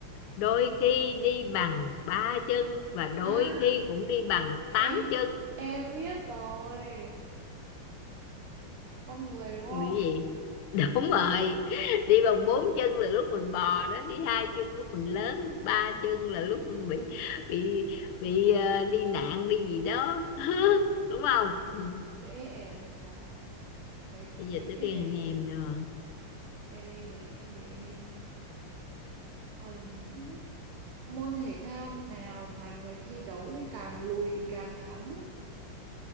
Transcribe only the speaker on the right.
À,
em
em biết rồi. Con người đúng không?
Dễ ẻ à mấy
mấy
cái
này.
Đây để em để em. Ừm, hứ. Môn thể thao nào mà người thi đấu thì càng lùi thì càng thắng,